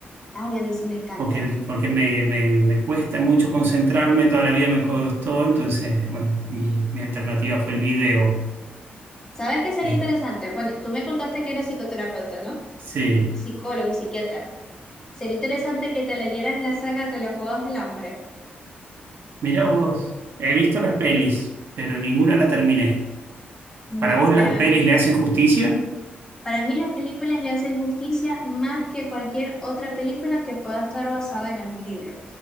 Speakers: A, on the left; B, on the right.
A: Ay, a mí sí me encanta.
B: porque, porque me, me- me cuesta mucho concentrarme, toda la vida me costó, entonces, bueno, mi, mi alternativa fue el video.
A: ¿Sabes qué sería
B: Eh,
A: interesante? Bueno, tú me contaste que eres psicoterapeuta, ¿no?
B: sí,
A: Psicólogo, psiquiatra. Sería interesante que te leyeras la saga de los Juegos del Hambre.
B: mirá vos, he visto las pelis, pero ninguna la terminé.
A: No,
B: ¿Para vos
A: pero
B: las pelis le hacen justicia?
A: para mí las películas le hacen justicia más que cualquier otra película que pueda estar basada en algún libro.